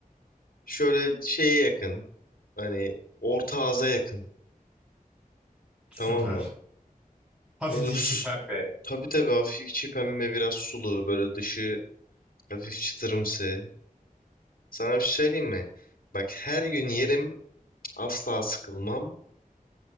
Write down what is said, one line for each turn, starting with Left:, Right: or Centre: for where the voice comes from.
Left: Şöyle şeye yakın hani orta ağza yakın
Centre: Süper.
Left: tamam mı?
Centre: Hafif
Left: Böyle
Centre: içi
Left: su-
Centre: pembe.
Left: tabii tabii hafif içi pembe biraz sulu böyle dışı hafif çıtırımsı. Sana bir şey söyleyeyim mi? Bak her gün yerim asla sıkılmam.